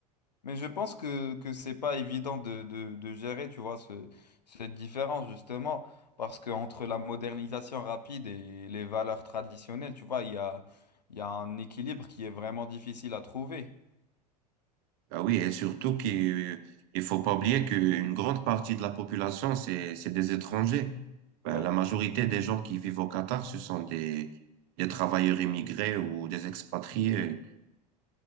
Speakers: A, on the left; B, on the right.
A: Mais je pense que, que c'est pas évident de, de, de gérer, tu vois, ce, cette différence, justement, parce que entre la modernisation rapide et les valeurs traditionnelles, tu vois, il y a, il y a un équilibre qui est vraiment difficile à trouver.
B: Ah oui, et surtout qu'il il faut pas oublier qu'une grande partie de la population, c'est, c'est des étrangers. Ben,
A: Ben,
B: la majorité des gens qui vivent au Qatar, ce sont des, des travailleurs immigrés ou des expatriés.